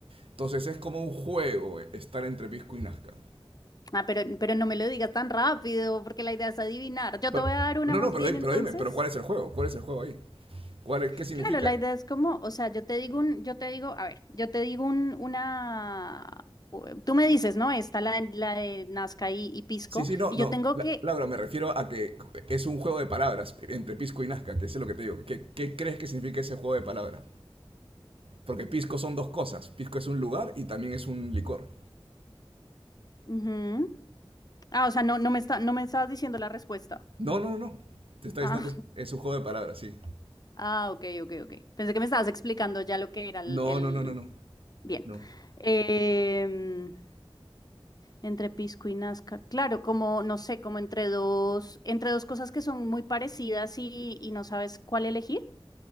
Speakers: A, on the right; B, on the left.
A: Entonces es como un juego eh, estar entre Pisco y Nazca.
B: Ah, pero, pero no me lo digas tan rápido, porque la idea es adivinar. Yo
A: Pero-
B: te voy a dar una
A: no,
B: más
A: no, pero,
B: bien
A: di- pero
B: entonces.
A: dime, ¿pero cuál es el juego? ¿Cuál es el juego ahí? ¿Cuál es- ¿Qué significa?
B: Claro, la idea es como, o sea, yo te digo un, yo te digo, a ver, yo te digo un, una, o- tú me dices, ¿no? Está la, de- la de Nazca y, y Pisco,
A: Sí, sí, no,
B: y
A: no.
B: yo tengo
A: La-
B: que,
A: Laura, me refiero a que es un juego de palabras entre Pisco y Nazca, que eso es lo que te digo. ¿Qué, qué crees que significa ese juego de palabras? Porque pisco son dos cosas. Pisco es un lugar y también es un licor.
B: ujú. Ah, o sea, no, no me está, no me estabas diciendo la respuesta.
A: No, no, no, no. Te está diciendo
B: Ah,
A: que es, es un juego de palabras, sí.
B: <laughs> ah, ok, ok, ok. Pensé que me estabas explicando ya lo que era el,
A: No,
B: el-
A: no, no, no, no.
B: bien.
A: No.
B: Em, entre Pisco y Nazca, claro, como, no sé, como entre dos, entre dos cosas que son muy parecidas y, y no sabes cuál elegir.